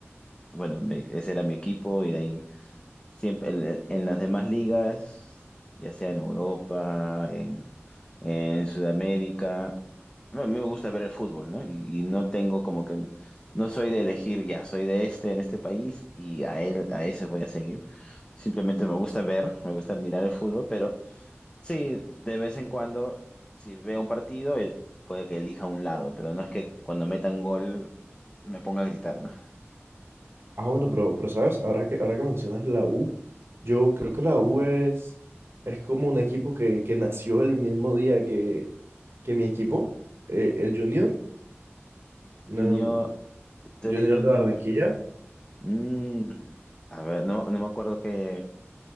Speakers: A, on the left; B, on the right.
A: bueno, me- ese era mi equipo y de ahí siempre en, en las demás ligas, ya sea en Europa, en, en Sudamérica, bueno, a mí me gusta ver el fútbol, ¿no? Y, y no tengo como que, no soy de elegir, ya, soy de este en este país y a él, a ese voy a seguir. Simplemente me gusta ver, me gusta mirar el fútbol, pero sí, de vez en cuando, si veo un partido, el- puede que elija un lado, pero no es que cuando metan gol me ponga a gritar, ¿no?
B: Ah, bueno, pero, pero sabes, ahora que, ahora que mencionas la U, yo creo que la U es, es como un equipo que, que nació el mismo día que, que mi equipo, eh, el Junior, no,
A: Junior, tú
B: Junior
A: eres Junior.
B: de Barranquilla.
A: Mm, a ver, no, no me acuerdo qué,